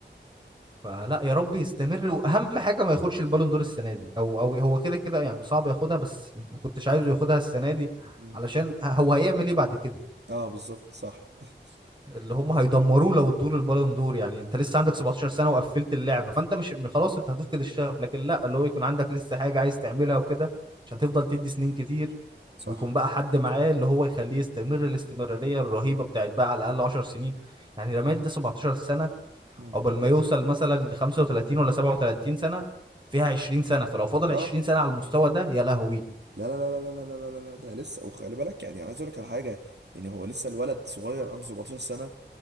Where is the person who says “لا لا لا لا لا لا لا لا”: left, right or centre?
Right